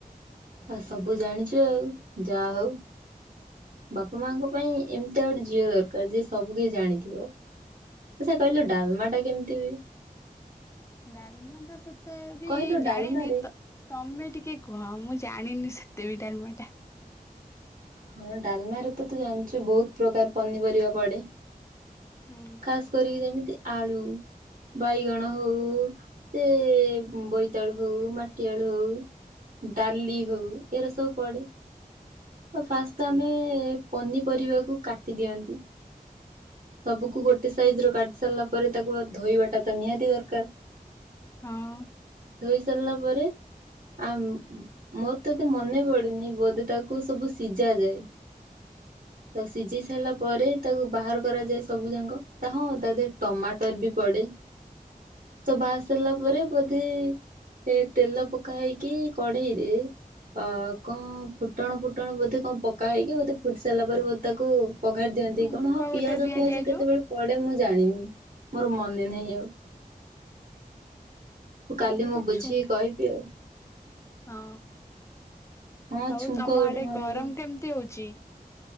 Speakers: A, on the right; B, on the left.
A: ଆଉ ସବୁ ଜାଣିଚୁ ଆଉ ଯାହୋଉ। ବାପା ମାଆଙ୍କ ପାଇଁ ଏମତିଆ ଗୋଟେ ଝିଅ ଦରକାର ଯିଏ ସବୁ କିଛି ଜାଣିଥିବ। ଆଛା କହିଲୁ ଡାଲମାଟା କେମିତି ହୁଏ?
B: ଡାଲମଟା ସେତେ ବି
A: କହିଲୁ
B: ଜାଣିନି
A: ଡାଲମାରେ
B: ତ ତମେ ଟିକେ କୁହ ମୁଁ ଜାଣିନି ସେତେ ବି ଡାଲମାଟା।
A: ହଁ ଡାଲମାରେ ତ ତୁ ଜାଣଚୁ ବୋହୁତ ପ୍ରକାର ପନିପରିବା ପଡ଼େ।
B: ହୁଁ।
A: ଖସ କରିକି ଯେମିତି ଆଳୁ ବାଇଗଣ ହୋଉ ସେ ବୋଇତାଳୁ ହୋଉ ମାଟିଆଳୁ ହୋଉ ଡାଲି ହୋଉ ଏରା ସବୁ ପଡେ। ଫାଷ୍ଟ ଆମେ ପନିପରିବାକୁ କାଟି ଦିଅନ୍ତି ସବୁକୁ ଗୋଟେ ସାଇଜ ର କାଟି ସାରିଲା ପରେ ତାକୁ ଧୋଇବାଟା ତ ନିହାତି ଦରକାର
B: ହଁ
A: ଧୋଇ ସାରିଲା ପରେ ଆ ମୋର ତ ଏତେ ମନେ ପଡନି ବୋଧେ ତାକୁ ସବୁ ସିଝା ଯାଏ। ତାକୁ ସିଝି ସାରିଲା ପରେ ତାକୁ ବାହାର କରାଯାଏ ସବୁ ଯାକ ତା ହଁ ତା ଦେହରେ ଟମାଟର ବି ପଡେ। ସ ବା ସାରିଲା ପରେ ବୋଧେ ଏ ତେଲ ପକା ହେଇକି କଢେଇରେ ଆ କଣ ଫୁଟଣ ଫୁଟଣ ବୋଧେ କଣ ପକା ହେଇକି ବୋଧେ ଫୁଟି ସାରିଲା ପରେ ବୋ ତାକୁ ପଖାରି ଦିଅନ୍ତି
B: ଛୁଙ୍କା
A: କଣ ହଁ
B: ଗୋଟେ
A: ପିଆଜ
B: ଦିଆଯାଏ
A: ଫିଆଜ କେତେବେଳେ
B: ଯୋଉ
A: ପଡେ ମୁଁ ଜାଣିନି ମୋର ମନେ ନାହିଁ ଆଉ
B: ହଁ
A: କାଲି
B: ଗୋଟେ
A: ମୁଁ ବୁଝିକି
B: ଛୁ
A: କହିବି ଆଉ
B: ହଁ
A: ହଁ
B: ଆଉ
A: ଛୁଙ୍କ
B: ତମ
A: ଗୋଟେ
B: ଆଡେ
A: ମରାଯାଏ
B: ଗରମ କେମିତି ହଉଛି